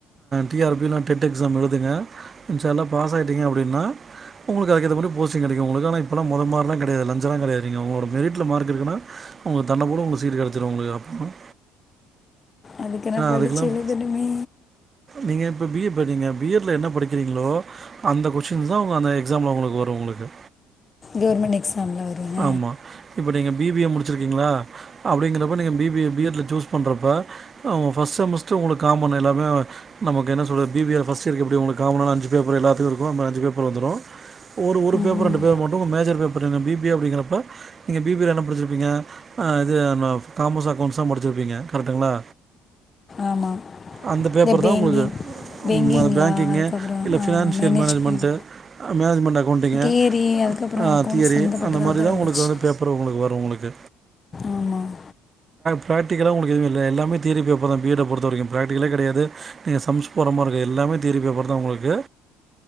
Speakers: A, on the right; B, on the left.
A: T R Pym TET NET exam எழுதுங்க முஞ்சளோ பாஸ் ஆயிட்டீங்க அப்டின்னா உங்களுக்கு அது ஏத்த மாரி போஸ்டிங் கெடைக்கும் உங்களுக்கு ஆனா இப்பலாம் மொத மாரிலாம் கெடையாது லஞ்சலாம் கெடையாது அவுங்கள மெரிட்ல மார்க்குனா உங்குளு தண்ண கூட உங்களுக்கு சீட்டு கெடச்சிரும் உங்க அப்பறம்
B: அதுக்கு நா படிச்சு
A: அதுக்கெல்லாம்
B: எழுதனுமே
A: நீங்க இப்ப பி ஏ படிங்க பி எட் ல என்ன படிக்கிறீங்களோ அந்த கொஸ்டின் தான் உங்க அந்த எக்ஸாம்ல உங்களுக்கு வரும் உங்களுக்கு
B: கவுர்மெண்ட் எக்ஸாம்ல வருங்க
A: ஆமா இப்ப நீங்க பி பி ஏ முடிச்சிருக்கீங்களா அப்டிங்கிறப்ப நீங்க B B A B Ed ல் சூஸ் பண்றப்ப அவுங் ஃப்ஸ்ட் செமஸ்டர் உங்ளுக்கு காமன் எல்லாமே நமக்கு என்ன சொல்றது பி பி ஏ ஃப்ஸ்ட் இயர்கக்கு எப்டி உங்ளுக்கு காமனா அஞ்சு பேர் போல எல்லாத்துக்கு இருக்கோ அஞ்சு பேர் போல வந்துரு ஒரு ஒரு
B: ம்,
A: பேப்பர் ரெண்டு பேர் மட்டு உ மேஜர் பேப்பர் இருங்க பி பி ஏ அப்டிங்கறப்ப நீங்க பி பி ஏ ல என்ன படிச்சிருப்பீங்க இது காமர்ஸ் அக்கௌண்ட்ஸ்ஸா முடிச்ச சிர்பீங்க கரெக்டிங்களா
B: ஆமாம்
A: அந்த பேப்பர்
B: இந்த பேங்கிங்
A: தா உங்ளுக்கு
B: பேங்கிங்லா
A: அது பேங்கிங்கு
B: அதுக்கப்புறம்
A: இல்ல financial
B: management
A: management management accounting
B: கேரி அதுக்கப்புறம்
A: ஆ
B: அக்கௌண்ட்ஸ்
A: தியரி
B: சம்மந்தப்பட்டதாக
A: அந்த மாரி
B: தான்
A: தா
B: வந்துச்சு
A: உங்ளுக்கு வந்து பேப் பர் வரு உங்ளுக்கு
B: ஆமாம்
A: ப்ராக்டிக்கலா உங்ளுக்கு இதுல எல்லாமே தியரி பேப்பர் தான் பி எட அ பொறுத்த வரைக்கு ப்ராக்டிக்கல கெடையாது நீங்க சம்ஸ்போடறமாரி எல்லாமே தியரி பேப்பர் தா உங்ளுக்கு